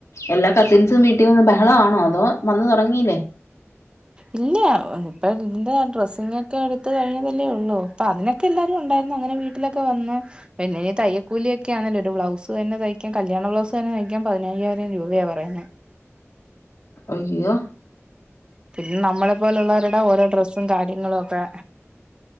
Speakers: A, on the left (about 75°); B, on the right (about 20°).
A: എല്ലാ കസിൻസും വീട്ടി വന്ന് ബ അതാണോ അതോ വന്നു തൊടങ്ങീല്ലേ
B: ഇല്ല ഇപ്പ ന്റെ ഡ്രസ്സിങ്ങൊക്കെ എടുത്ത കഴിഞ്ഞേല്ലേ ഉള്ളൂ ഇപ്പൊ അതിനൊക്കെ എല്ലാരും ഉണ്ടായിരുന്നു അങ്ങനെ വീട്ടിലൊക്കെ വന്നു പിന്നേ തയ്യക്കൂലിയൊക്കെ ആണല്ലേ ഒരു ബ്ലൗസ് തന്നെ തയ്ക്കാൻ കല്യാണ ബ്ലൗസ് തന്നെ തയ്ക്കാൻ പതിനയ്യായിരം രൂപയാണ് പറയുന്നത്
A: അയ്യോ
B: പിന്നെ നമ്മളെ പോലുള്ളവരെടെ ഓരോ ഡ്രസ് <unintelligible> കാര്യങ്ങളൊക്കെ